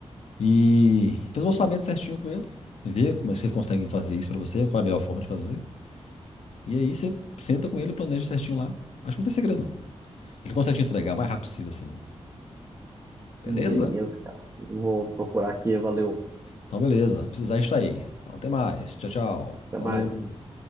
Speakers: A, on the left (about 85°); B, on the right (about 25°).
A: E faz o orçamento certinho com ele, vê como, é- se ele consegue fazer isso pra você, qual é a melhor forma de fazer. E aí você senta com ele e planeja certinho lá. Acho que não tem segredo, não. Ele consegue te entregar o mais rápido possível, assim. Beleza?
B: Beleza, cara. Vou procurar aqui, valeu.
A: Então, beleza. Precisar, a gente tá aí. Então, até mais. Tchau, tchau.
B: Até
A: Falou.
B: mais.